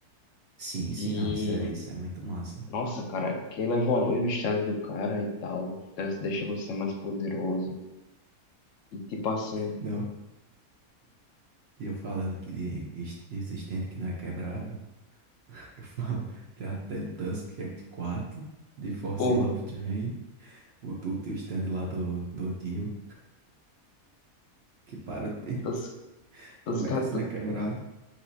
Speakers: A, on the right (about 55°); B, on the left (about 65°).
A: Sim,
B: Que,
A: sim, não, isso é, isso é muito massa.
B: nossa, cara, que ela evolui o estado do cara e tal, trans- deixa você mais poderoso. E tipo assim,
A: Não, e eu falando que de, de, de stand que não é quebrado, <laughs> eu falo, tem até o Tusk Act 4, de Force
B: porra,
A: Love Train, o, o, o stand lá do, do Dio, que para tempo.
B: Tos-
A: <laughs>
B: Toscato,
A: Como é que isso não é quebrado?